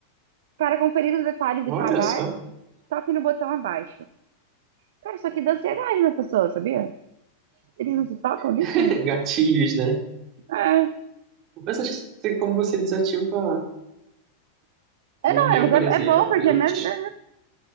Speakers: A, on the right; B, on the right.
A: para conferir os detalhes
B: Olha
A: e pagar,
B: só.
A: toque no botão abaixo. Cara, isso aqui dá ansiedade nas pessoas, sabia? Eles não se tocam nisso?
B: <laughs> Gatilhos, né?
A: É,
B: Mas acho que se- como você desativa
A: é
B: o
A: não,
B: meu,
A: é, mas
B: por
A: é,
B: exemplo,
A: é bom porque
B: eu
A: é mesmo.
B: te...
A: é-